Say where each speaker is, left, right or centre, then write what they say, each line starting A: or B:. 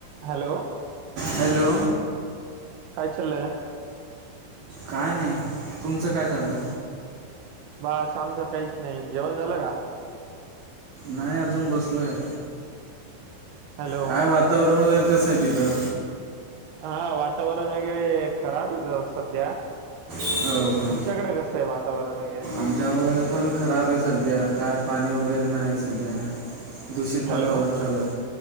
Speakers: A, on the right (about 75°); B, on the right (about 60°).
A: हॅलो
B: हॅलो
A: काय चाललंय?
B: काय नाही. तुमचं काय चालण
A: बस आमच काहीच नाही जेवण झालं का?
B: नाही अजून बसलय
A: हॅलो
B: काय वातावरण वगैरे कसं आहे तिथं
A: हा वातावरण वगैरे खराब आहे. सध्या
B: हो का
A: तुमच्याकडे कसं आहे वातावरण वगैरे
B: आमच्या वगैरे पण खराब आहे. सध्या काय पाणी वगैरे नाही सध्या दूषित वातावरण
A: हॅलो
B: चालूय